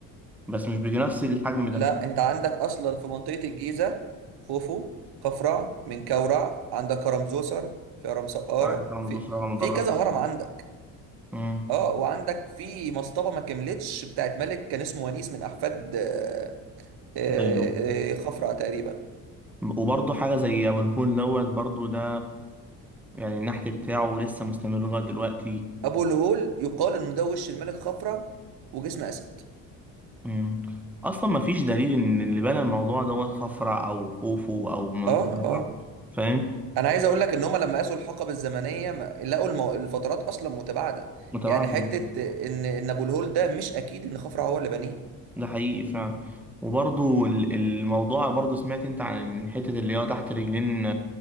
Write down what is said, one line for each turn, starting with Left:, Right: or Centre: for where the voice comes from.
Centre: بس مش بنفس الحجم ده
Right: لا انت عندك اصلا في منطقة الجيزة خوفو خفرع منكورع عندك هرم زوسر في هرم سقارة
Centre: عارف رمضان
Right: في
Centre: صلى الله مدرج
Right: في كذا هرم عندك
Centre: امم
Right: اه وعندك في مصطبة ما كملتش بتاعت ملك كان اسمه ونيس من احفاد آه، آه،
Centre: ايوه
Right: آه، خفرع تقريبا
Centre: وبرضه حاجه زي ابو الهول دوت برضه ده يعني النحت بتاعه لسه مستمر لغايه دلوقتي
Right: ابو الهول يقال انه ده وش الملك خفرع وجسم اسد
Centre: امم اصلا ما فيش دليل ان اللي بنى الموضوع دوت خفرع او خوفو او منقرع
Right: اه اه
Centre: فاهم
Right: انا عايز اقول لك ان هم لما قاسوا الحقب الزمنيه ما لقوا المو... الفترات اصلا متباعده
Centre: متابعة
Right: يعني حته ان ان ابو الهول ده مش اكيد ان خفرع هو اللي بنيه
Centre: ده حقيقي فعلا وبرضه ال- الموضوع برضه سمعت انت عن الحتة اللي هي تحت رجلين